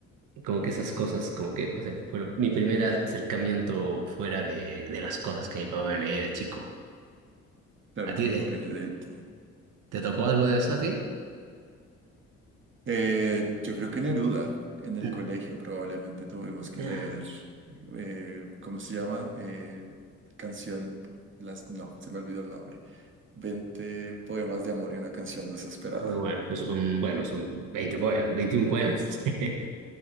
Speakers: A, on the right (about 90°); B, on the right (about 40°).
A: como que esas cosas, como que, o sea, fue mi primer acercamiento fuera de, de las cosas que mi papá me leía de chico.
B: Claro,
A: ¿A ti
B: como
A: eh,
B: Benedetti.
A: te tocó algo de eso a ti?
B: Eh, yo creo que Neruda, en el
A: Mm,
B: colegio probablemente tuvimos que
A: ya.
B: leer, eh, ¿cómo se llama? Eh, canción, las, no, se me olvidó el nombre. 20 poemas de amor y una canción desesperada.
A: Pero bueno, esos son, bueno, son 20 poemas, 21 poemas. <laughs>